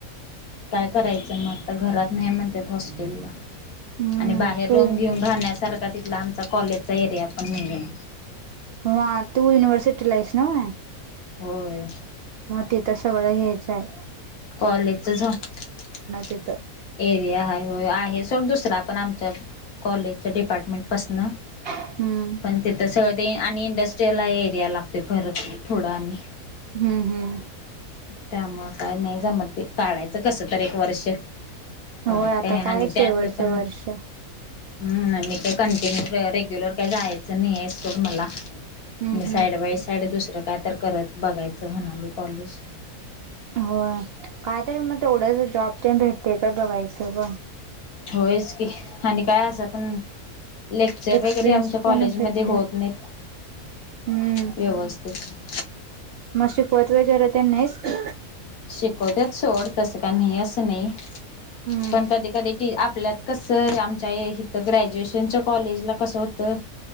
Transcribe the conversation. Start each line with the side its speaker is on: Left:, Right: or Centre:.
Left: काय करायचं मग आता घरात नाही म्हणतात हॉस्टेलला
Right: हम्म
Left: आणि बाहेर
Right: तू
Left: रुम घेऊन राहण्यासारखा तिथला आमचा कॉलेजचा एरिया पण नाही आहे.
Right: ह तू युनिवर्सिटीला आहेस ना व्हय
Left: होय.
Right: तिथं सगळं हेच हाय.
Left: कॉलेजच घी
Right: तिथं
Left: एरिया ह हो आहे सोड दुसरा आपण आम च्या कॉलेज डिपार्टमेंट पासन
Right: हम्म
Left: पण तिथ सगळ ते आणि इंडस्ट्रीयला एरिया लागते परत थोडं आणि
Right: हुं हुं
Left: त्यामुळं काय नाही जमत ते काढायचं कसं तरी एक वर्ष परत
Right: होय आता
Left: काय आणि
Right: शेवटचं
Left: त्यातलं पण
Right: वर्ष
Left: हुं आणि काय कंटिन्यू रेग्युलर काय जायचं नाहिय सोड मला.
Right: हम्म
Left: मी
Right: हम्म
Left: साईड बाय साईड दुसरं काय तर करत बघायचं म्हणालोय कॉलेज
Right: ह व्हय कायतरी मग तेवढंस जॉब तेन भेटतय का बघायचं ग?.
Left: होयच की, आणि काय अस पण लेक्चर
Right: एक्सपिरियन्स
Left: वगैरे आमच्या कॉलेजमध्ये
Right: पण भेटते
Left: होत नाहीत.
Right: हम्म
Left: व्यवस्थित
Right: मग शिकवत वगैरे तेन नाहीत.
Left: शिकवत्यात सोड तस काय नाही? असं नाही
Right: हम्म
Left: पण कधी कधी, की आपल्यात कसं आमच्या या हित ग्रॅज्युएशनच्या कॉलेजला कसं होतं?